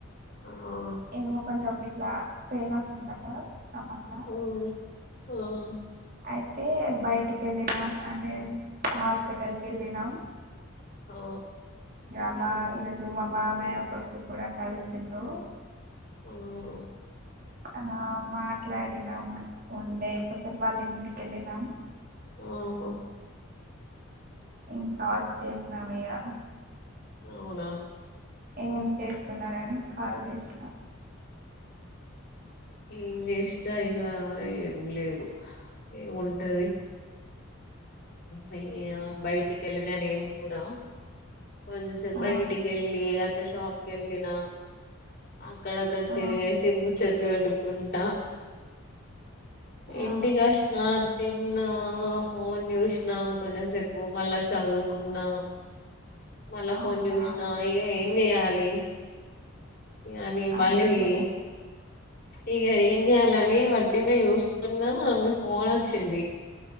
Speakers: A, on the left (about 50°); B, on the right (about 45°).
A: ఆహ్
B: ఏమో కొంచెం ఇట్లా పెయిన్ వస్తుందట స్టమక్ లా
A: అఓ ఓ ఓ
B: అయితే బయటికి వెళ్ళినాం అంటే హాస్పిటల్ కే ళ్ళినాం
A: ఓ
B: అ మా ఈరోజు మా మావయ్య కొడుకు కూడా కలిసిండు
A: హ్మ్మ్
B: ఆ మాట్లాడినాం ఉండే కోసెప్ వాళ్ళ ఇంటికి వెళ్ళినాం
A: ఉహ్
B: ఇంకా వచ్చేసినం మీగా
A: అవునా
B: ఏం చేస్తున్నారని కాల్ చేసినా.
A: మ్మ్ ఏం చేస్తా ఇగా ఏం లేదు. ఏముంటది నే బయటికెళ్ళిన నేను కూడా కొంచెంసేపు
B: ఆ
A: బయటికెళ్ళి అట్లా షాప్ కెళ్ళినా, అక్కడక్కడ
B: ఆ
A: తిరిగేసి ముచ్చట్లు పెట్టు కుంటా
B: ఆ
A: ఇంటికచ్చినాం తిన్నా ఫోన్ చూసిన కొంచెంసేపు మల్ల చదువుకున్నా మల్ల
B: అవునా
A: ఫోన్ చూస్నా ఇగ ఏ వెయ్యాలి అని
B: అంతే
A: మల్లి వీ ఇగ ఏం చేయాలని వట్టినే చూస్తున్నా మీ ఫోనొచ్చింది.